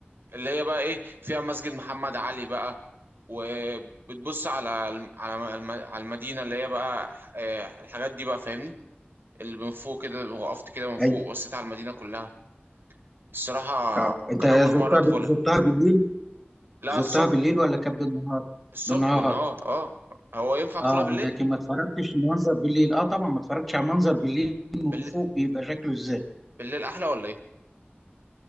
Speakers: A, on the right; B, in the centre.
A: اللي هي بقى ايه فيها مسجد محمد علي بقى وبتبص على الم- على م- الم- على المدينه اللي هي بقى آه الحاجات دي بقى فاهمني اللي من فوق كده وقفت كده من فوق
B: اي
A: وبصيت على المدينه كلها الصراحه
B: اه انت
A: كان
B: زرتها
A: اول مره ادخلها
B: بال... زرتها بالليل
A: لا
B: زرتها
A: الصبح
B: بالليل ولا كان بالنهار
A: الصبح
B: بالنهار
A: بالنهار اه هو ينفع ادخلها
B: اه
A: بالليل
B: لكن ما اتفرجتش المنظر بالليل اه طبعا ما اتفرجتش على المنظر بالليل من
A: بالليل,
B: فوق بيبقى شكله ازاي
A: بالليل احلى ولا ايه